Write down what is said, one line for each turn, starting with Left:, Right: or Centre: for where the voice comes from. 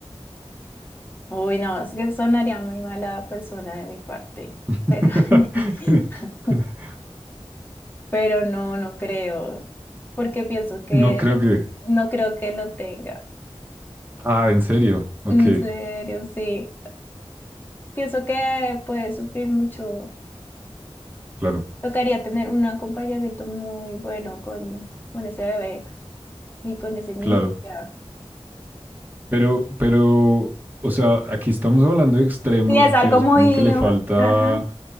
Left: Uy, no, es que sonaría muy mala persona de mi parte,
Right: <laughs>
Left: pero, <laughs> pero no, no creo, porque pienso que
Right: no creo que.
Left: no creo que lo tenga.
Right: Ah, ¿en serio? Ok,
Left: En serio, sí. Pienso que puede sufrir mucho.
Right: claro,
Left: Tocaría tener un acompañamiento muy bueno con, con ese bebé y con ese niño.
Right: claro.
Left: ya.
Right: Pero, pero, o sea, aquí estamos hablando de extremos
Left: Sí, es
Right: que
Left: algo
Right: es
Left: muy...
Right: como que le falta.
Left: Ajá.